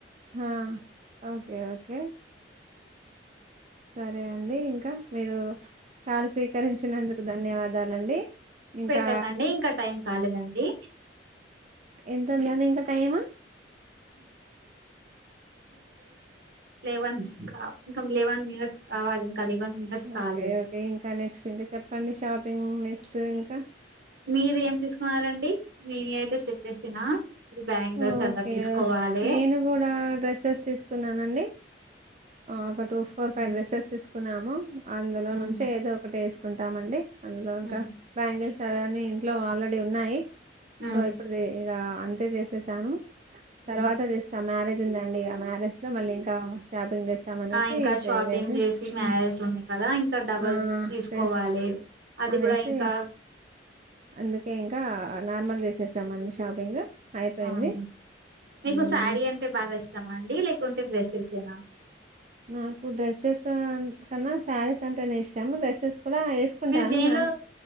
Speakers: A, on the right; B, on the right.
A: హ ఓకే ఓకే సరే అండి ఇంకా మీరు కాల్ స్వీకరించినందుకు ధన్యవాదాలండి ఇంకా
B: పెట్టకండి ఇంకా టైం కాలేదండి
A: ఎంతుంది అండి ఇంకా టైమ్
B: లేవన్ ఇంకా లెవన్ మినిట్స్ కావాలి ఇంకా లెవెన్ మినిట్స్ కాలేదు
A: ఓకే ఓకే ఇంకా నెక్స్ట్ ఇంకా చెప్పండి షాపింగ్ నెక్స్ట్ ఇంకా
B: మీరు ఏం తీసుకున్నారంండి నేనువైతే చెప్పేసిన ఇప్పుడు బ్యాంగిల్స్
A: ఓకే
B: అలా తీసుకోవాలి
A: నేను కూడా డ్రెస్సెస్ తీసుకున్నానండి ఒక two four five
B: um
A: dresses తీసుకున్నాము అందులో
B: ఉమ్
A: నుంచి ఏదో ఒకటి వేసుకుంటామండి అందులో ఇంకా
B: హ్మ్.
A: బ్యాంగిల్స్వ అీ ఇంట్లో ఆల్రెడీ ఉన్నాయి
B: హ్మ్.
A: సో ఇప్పుడు ఇగా తే చేసేసాను
B: హ్మ్.
A: తర్వాత చేస్తాను మ్యారేజ్ ఉందండి ఇక మ్యారేజ్ లో మళ్ళీ ఇంకా షాపింగ్ చేస్తాం అనేసి
B: ఆ ఇంకా
A: చేయలేదు
B: షాపింగ్ చేసి
A: హ్మ్.
B: మ్యారేజ్ లో ఉంది కదా ఇంకా డబల్స్
A: ఆ
B: తీసుకోవాలి
A: చేస్
B: అది
A: అనేసి
B: కూడా ఇంకా
A: అందుకే ఇంకా నార్మల్ చేసేసాము అండి షాపింగ్ అయిపోయింది
B: ఆహ మీకు
A: మ్మ్
B: శారీ అంటే బాగా ఇష్టం అండి లేకుంటే డ్రెస్సెస్ ఎన
A: నాకు డ్రెస్సెస్ కన్నా శారీస్ అంటేనేే ఇష్టాము డ్రెస్సెస్ కూడా వేసుకుంటాను
B: మీరు దేనిలో
A: నా